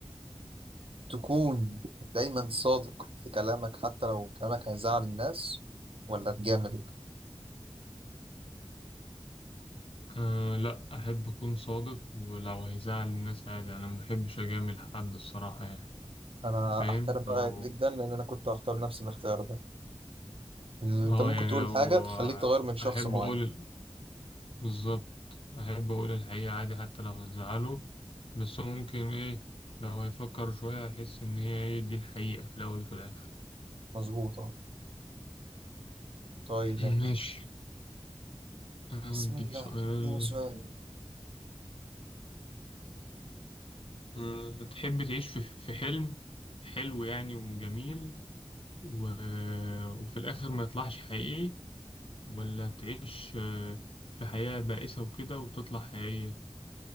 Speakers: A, on the right; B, on the left.
A: تكون دايما صادق في كلامك حتى لو كلامك هيزعل الناس ولا تجامل
B: أه لا أحب أكون صادق ولو هيزعل الناس عادي أنا ما بحبش أجامل حد الصراحة يعني
A: أنا
B: فاهم
A: أحترم
B: لو
A: رأيك جدا لأن أنا كنت هختار نفس الاختيار ده إن أنت
B: اه
A: ممكن
B: يعني
A: تقول
B: لو
A: حاجة تخليك تغير من شخص
B: أحب
A: معين
B: أقول بالظبط أحب أقول الحقيقة عادي حتى لو هتزعله بس هو ممكن إيه لو هيفكر شوية هيحس إن هي إيه دي الحقيقة في الأول وفي الآخر
A: مظبوط أه طيب
B: <clears throat>
A: يا باشا
B: ماشي عندي
A: بسم الله
B: سؤال
A: ده سؤال
B: أه، تحب تعيش في في حلم حلو يعني وجميل و... وفي الآخر ما يطلعش حقيقي ولا تعيش أه، في حياة بائسة وكده وتطلع حقيقية